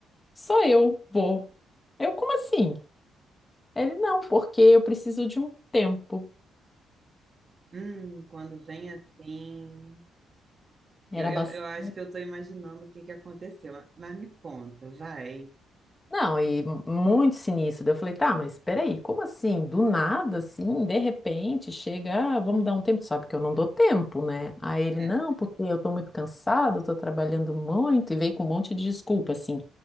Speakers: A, on the left; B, on the right.
A: só eu vou. Eu, como assim? Ele: Não, porque eu preciso de um tempo.
B: Hum, quando vem assim...
A: Era
B: Eu, eu,
A: bastante.
B: eu acho que eu tô imaginando o que que aconteceu, mas me conta, vai.
A: Não, e mu- muito sinistro. Daí Eu falei, tá, mas peraí, como assim? Do nada, assim, de repente, chega, ah, vamos dar um tempo. Tu Sabe que eu não dou tempo, né? Aí ele,
B: É.
A: não, porque eu tô muito cansado, tô trabalhando muito, e veio com um monte de desculpa, assim.